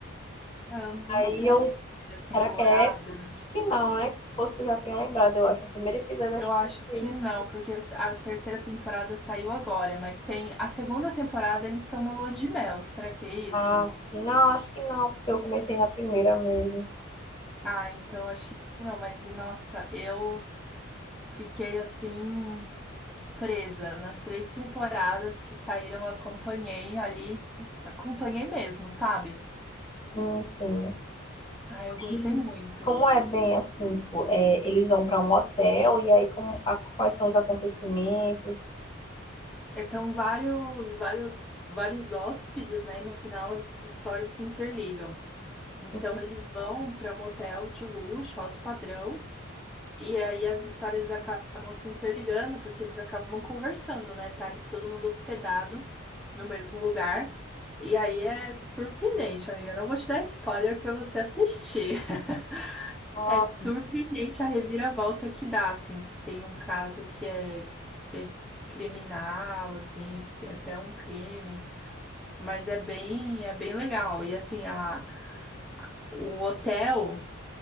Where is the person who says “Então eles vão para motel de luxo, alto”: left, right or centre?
Centre